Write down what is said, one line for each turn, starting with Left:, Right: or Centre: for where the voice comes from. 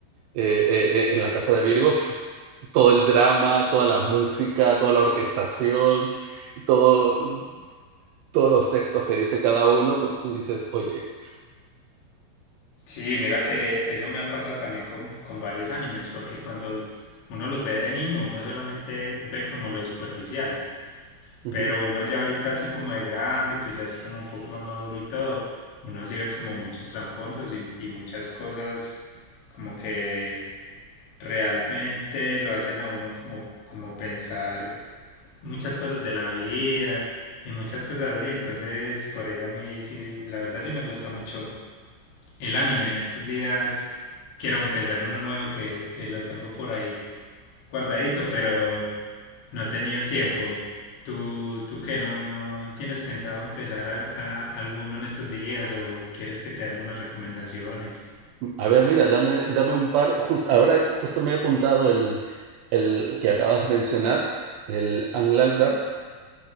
Right: eh, eh, en la casa de Virgo, todo el drama, toda la música, toda la orquestación, todo, todos los textos que dice cada uno, pues tú dices, oye,
Left: Sí, mira que eso me ha pasado también con, con varios animes, porque cuando uno los ve de niño, uno solamente ve como lo superficial,
Right: uh
Left: pero
Right: -huh.
Left: uno ya ahorita así como de grande, que ya es como un poco más maduro y todo, uno sí ve como muchos trasfondos y, y muchas cosas como que realmente lo hacen a uno como, como pensar muchas cosas de la vida y muchas cosas así, entonces por eso a mí sí, la verdad sí me gusta mucho el anime en estos días. Quiero empezar uno nuevo que, que lo tengo por ahí guardadito, pero no he tenido tiempo. ¿Tú, tú qué? ¿No, no tienes pensado empezar a, a alguno en estos días o quieres que te dé algunas recomendaciones?
Right: a ver, mira, dame, dame un par. Just, ahora justo me he apuntado el, el que acabas de mencionar, el Anglalgar,